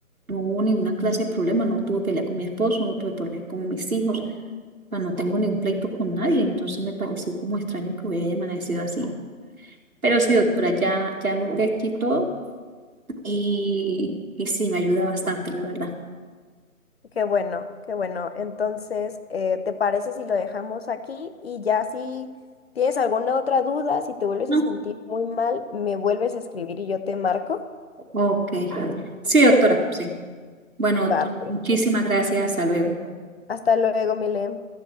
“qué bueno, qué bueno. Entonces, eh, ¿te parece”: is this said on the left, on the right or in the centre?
Left